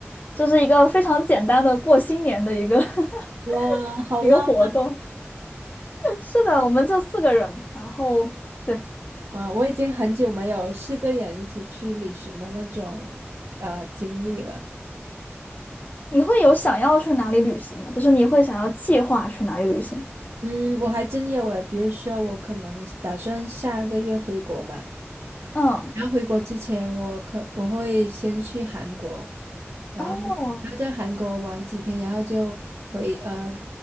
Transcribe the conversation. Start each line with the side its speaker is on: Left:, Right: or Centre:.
Left: 就是一个非常简单的过新年的一个 <laughs>
Right: 哇，好浪
Left: 一个活动。<laughs> 是的，我们就四个人，然后对，
Right: 漫！哇，我已经很久没有四个人一起去旅行的那种呃经历了。
Left: 你会有想要去哪里旅行吗？就是你会想要计划去哪里旅行？
Right: 嗯，我还真有诶，比如说我可能打算下个月回国嘛，
Left: 嗯，
Right: 然后回国之前，我可我会先去韩国，然后然后在韩国玩几天，
Left: 哦，
Right: 然后就回呃